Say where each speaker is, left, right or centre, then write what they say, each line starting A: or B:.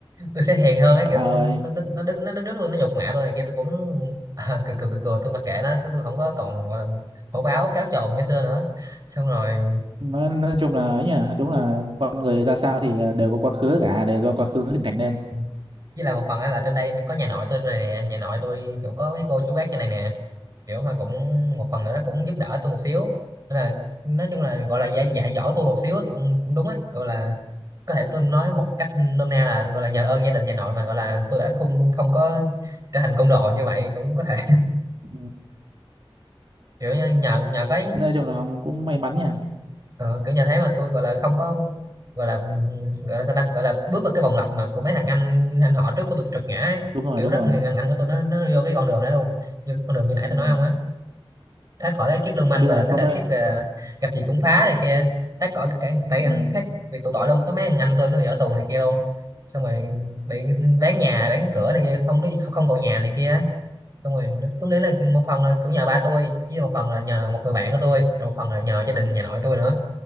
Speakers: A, on the right; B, on the right.
A: tôi sẽ hiền hơn ấy
B: Trời
A: kiểu tôi
B: ơi,
A: nó nó nó đứng nó đứng trước tôi nó nhục mạ tôi này kia tôi cũng <laughs> à, cười cười cười cười tôi mặc kệ nó tôi, tôi không có còn gọi là hổ báo cáo trồn như xưa nữa xong rồi
B: nói, nói chung là ấy nhỉ, đúng là con người ra sao thì ờ, đều có quá khứ cả, đều do quá khứ hình thành nên.
A: ừ. với lại một phần á là trên đây có nhà nội tôi này nè nhà nội tôi kiểu có mấy cô chú bác trên này nè kiểu họ cũng một phần nữa nó cũng giúp đỡ tôi một xíu nên là nói chung là gọi là dạy dạy dỗ tôi một xíu á, cũng cũng đúng ấy gọi là có thể tôi nói một cách nôm na là gọi là nhờ ơn gia đình nhà nội mà gọi là tôi đã không không có trở thành côn đồ như vậy cũng có thể
B: Ừ.
A: <laughs> kiểu như nhờ nhờ cái
B: Nói chung là ông cũng may mắn nhỉ.
A: Ờ, kiểu nhà thế mà tôi gọi là không có gọi là gọi là sao ta gọi là bước vào cái vòng lặp mà của mấy thằng anh anh họ trước của tôi trượt ngã ấy.
B: Đúng rồi,
A: kiểu
B: đúng
A: rất
B: rồi.
A: nhiều thằng anh của tôi nó nó vô cái con đường đó luôn như con đường như nãy tôi
B: Ừ.
A: nói không á thoát khỏi cái kiếp lưu manh
B: Em biết
A: gọi
B: rồi,
A: là thoát
B: có
A: khỏi
B: mấy
A: kiếp à, gặp gì cũng phá này kia thoát khỏi cái tại anh
B: ừ.
A: khác việc tụ tội luôn có mấy thằng anh tôi nó bị ở tù này kia luôn xong rồi bị bán nhà bán cửa này kia không có không, không còn nhà này kia ấy. xong rồi nó- tôi nghĩ là một phần là cũng nhờ ba tôi với một phần là nhờ một người bạn của tôi rồi một phần là nhờ gia đình nhà nội tôi nữa